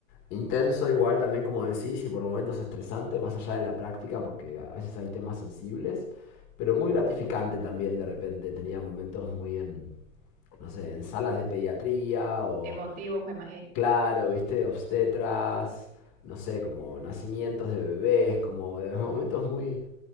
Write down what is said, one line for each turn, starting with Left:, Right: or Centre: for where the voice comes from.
Left: intenso igual también, como decís, y por momentos estresante, más allá de la práctica, porque a veces hay temas sensibles, pero muy gratificante también de repente. Tenía momentos muy en, no sé, en salas de pediatría o
Right: Emotivos, me imagino.
Left: Claro, viste, obstetras, no sé, como nacimientos de bebés, como de <laughs> momentos muy,